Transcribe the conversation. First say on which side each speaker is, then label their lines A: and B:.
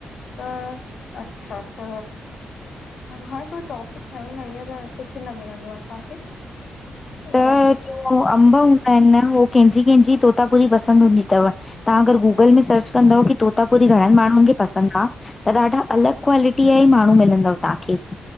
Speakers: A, on the left; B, on the left.
A: त। अच्छा। त, हाणे कोई टॉप। खयूं न ईअं त कुछु न मिलंदो असांखे खे।
B: त अंब हूंदा आहिनि न? हू कंहिंजी कंहिंजी तोतापुरी पसंदि हूंदी तव। तव्हां अगर गूगल में सर्च कंदव की तोतापुरी घणनि माण्हुनि खे पसंदि आ। त ॾाढा अलॻि क्वालिटीअ जा ई माण्हू मिलंदव तव्हांखे,